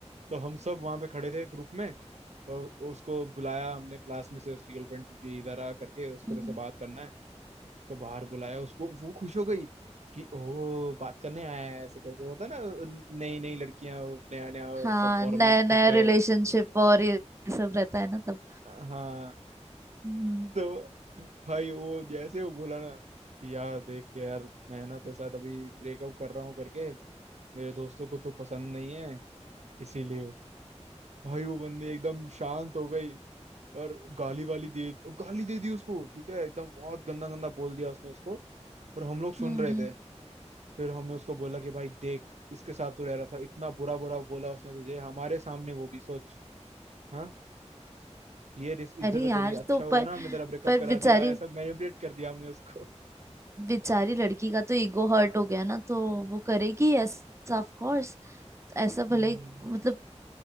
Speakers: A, on the right; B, on the right.
A: तो हम सब वहां पे खड़े थे ग्रुप में और उसको बुलाया हमने क्लास में से उसकी गर्लफ्रेंड को कि इधर आ करके उसको
B: हम्म।
A: जैसे बात करना है उसको बाहर बुलाया उसको वो खुश हो गई कि ओ बात करने आया है ऐसे करके होता है ना नई नई लड़कियां नया नया
B: हाँ
A: सब हॉर्मोन्स
B: नया नया
A: फट रहे
B: रिलेशनशिप
A: हैं
B: और ये सब रहता है ना तब
A: हाँ
B: हम्म
A: तो भाई वो जैसे वो बोला ना कि यार देख के यार मैं ना तेरे साथ अभी ब्रेकअप कर रहा हूँ करके मेरे दोस्तों को तो पसंद नहीं है इसीलिए भाई वो बंदी एकदम शांत हो गई और गाली वाली दे गाली दे दी उसको ठीक है एकदम बहुत गंदा गंदा बोल दिया उसने उसको पर हम लोग सुन
B: हम्म
A: रहे
B: हम्म।
A: थे फिर हमने उसको बोला कि भाई देख इसके साथ तू रह रहा था इतना बुरा बुरा बोला उसने तुझे हमारे सामने वो भी सोच हाँ ये रिस-
B: अरे
A: इज्जत है
B: यार
A: तेरी अच्छा
B: तो
A: हुआ
B: पर
A: ना हमने तेरा ब्रेकअप
B: पर
A: करा
B: बेचारी
A: दिया ऐसा मैनिपुलेट कर दिया हमने उसको
B: बेचारी लड़की का तो ईगो हर्ट हो गया ना तो वो करेगी ऐसा ऑफ कोर्स ऐसा
A: हम्म
B: भले मतलब